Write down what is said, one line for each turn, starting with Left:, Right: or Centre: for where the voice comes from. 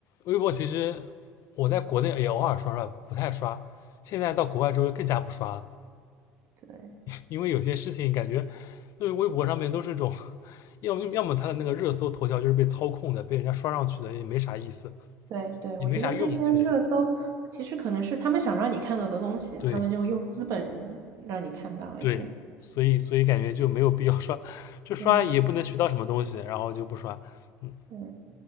Left: 微博，其实我在国内也偶尔刷刷，不太刷。现在到国外之后更加不刷了，
Right: 对
Left: 因为有些事情感觉就是微博上面都是种，要么要么它的那个热搜头条就是被操控的，被人家刷上去的，也没啥意思，
Right: 对对，
Left: 也没啥用。
Right: 我觉得那些热搜其实可能是他们想让你看到的东西，
Left: 其实，对
Right: 他们就用资本让你看到一些。
Left: 对，所以所以感觉就没有必要刷，就刷也不能学到什么东西，
Right: 对。
Left: 然后就不刷。嗯，
Right: 对